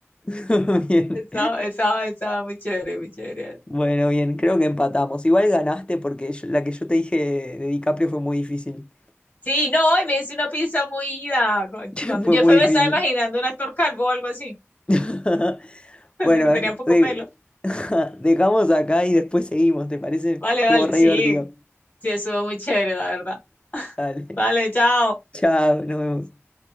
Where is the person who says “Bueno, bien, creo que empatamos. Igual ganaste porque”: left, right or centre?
Left